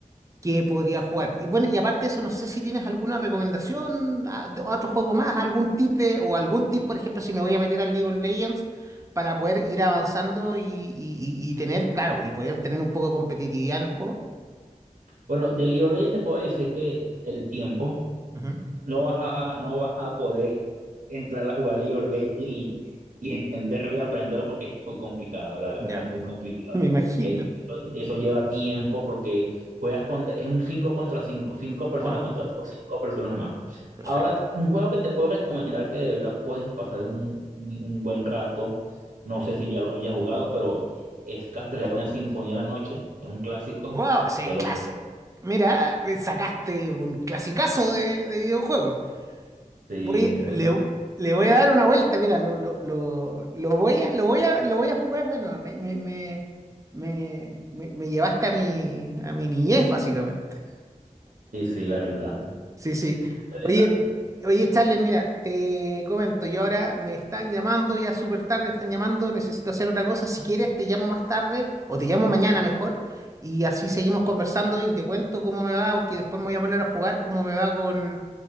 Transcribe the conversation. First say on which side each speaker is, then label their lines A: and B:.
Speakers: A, on the right; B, on the right.
A: qué podría jugar. Y bueno, y aparte de eso, no sé si tienes alguna recomendación, a, de otro juego más, algún tip de, o algún tip, por ejemplo, si me voy a meter al League of Legends para poder ir avanzando y, y- y- y tener, claro, y poder tener un poco de competitividad en el juego.
B: Bueno, de League of Legends te puedo decir que el tiempo
A: Ujú.
B: no vas a, no vas a poder entrar a jugar League of Legends y, y entenderlo y aprenderlo porque es muy complicado, la verdad
A: Ya,
B: <laughs> es muy complicado.
A: <laughs> Me imagino.
B: Eh, eso, eso lleva tiempo porque juegas contra, es un 5 contra 5, 5 personas
A: Wow,
B: contra o 5 personas más.
A: perfecto.
B: Ahora, un juego que te puedo recomendar que de verdad puedes pasar un, un buen rato, no sé si ya lo hayas jugado, pero es Castlevania Sinfonía de la Noche, es un clásico,
A: Wow, ese
B: te
A: es
B: lo
A: clas.
B: recomiendo.
A: Mira, me sacaste un clasicazo de, de videojuego.
B: Sí,
A: Voy,
B: muy,
A: le, le voy a dar una vuelta, mira, lo, lo, lo, lo voy a, lo voy a, lo voy a jugar de nuevo. Me, me, me, me, me- me llevaste a mi, a mi niñez, básicamente.
B: sí, sí, la verdad.
A: Sí, sí.
B: Interesante.
A: Oye, oye, Charles, mira, te comento, yo ahora me están llamando ya súper tarde, me están llamando, necesito hacer otra cosa. Si quieres, te llamo más tarde o te llamo mañana mejor y así seguimos conversando y te cuento cómo me va, porque después me voy a poner a jugar cómo me va con,